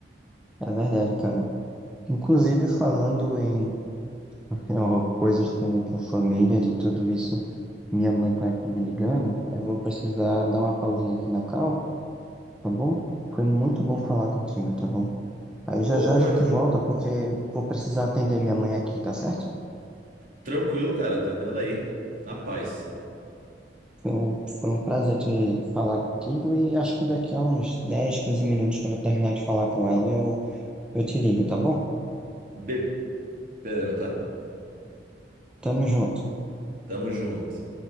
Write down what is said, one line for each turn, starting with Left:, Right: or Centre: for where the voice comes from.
Centre: é verdade, cara. Inclusive, falando em <laughs> coisas com, com família, de tudo isso. Minha mãe tá aqui me ligando, aí eu vou precisar dar uma pausinha aqui na call, tá bom? Foi muito bom falar contigo, tá bom? Aí
Right: Opa,
Centre: já já a gente
Right: Júlio.
Centre: volta, porque vou precisar atender minha mãe aqui, tá certo?
Right: Tranquilo, cara. Atendendo ela aí. Na paz.
Centre: Foi um, foi um prazer te falar contigo e acho que daqui a uns 10, 15 minutos, quando eu terminar de falar com ela, eu, eu te ligo, tá bom?
Right: Be- Esperando, tá?
Centre: Tamo junto.
Right: Tamo junto.